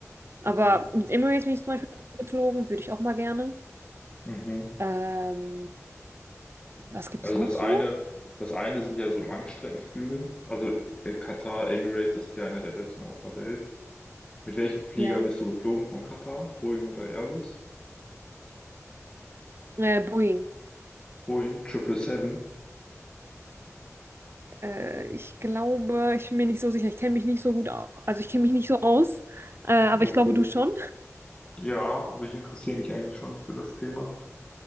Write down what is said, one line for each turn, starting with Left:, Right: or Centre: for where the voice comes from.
Right: Aber
Left: mhm,
Right: mit Emirates bin ich zum Beispiel geflogen, würde ich auch mal gerne.
Left: mhm. mhm.
Right: Ähm, was gibt's
Left: Also
Right: noch
Left: das
Right: so?
Left: eine, das eine sind ja so Langstreckenflüge. Also äh, Katar, Emirates, das sind ja einer der besten auf der Welt. Mit welchem Flieger
Right: Ja,
Left: bist du geflogen von Katar? Boeing oder Airbus?
Right: äh, Boeing.
Left: Boeing 777.
Right: Äh, ich glaube, ich bin mir nicht so sicher. Ich kenne mich nicht so gut aus. Also ich kenne mich nicht so aus, äh, aber
Left: Okay.
Right: ich glaube, du schon.
Left: Ja, also ich interessiere mich eigentlich schon für das Thema.